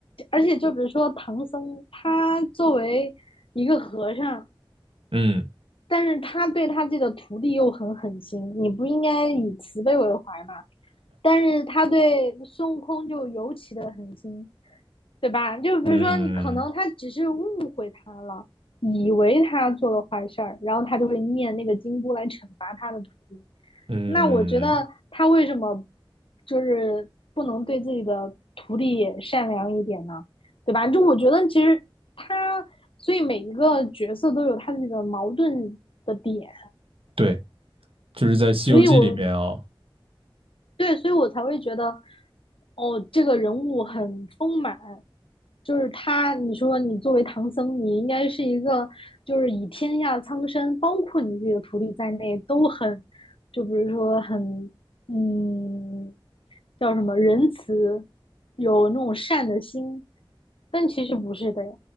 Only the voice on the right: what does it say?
嗯
嗯
嗯，
对，就是在《西游记》里面啊，